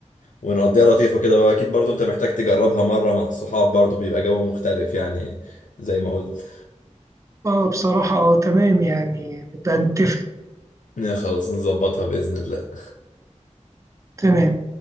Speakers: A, on the left; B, on the right.
A: ونقضيها لطيفة كده بقى اكيد برضو انت محتاج تجربها مرة مع الصحاب برضو بيبقى جو مختلف يعني زي ما قلت
B: أه بصراحة أه تمام يعني نبقى نتفق
A: آه، خلاص نظبطها بإذن الله
B: تمام